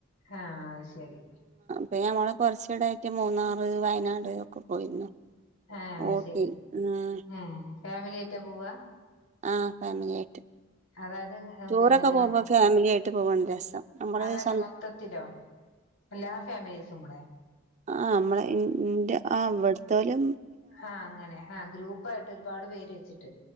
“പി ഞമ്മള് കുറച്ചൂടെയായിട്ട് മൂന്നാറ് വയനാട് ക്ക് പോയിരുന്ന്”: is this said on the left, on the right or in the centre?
Right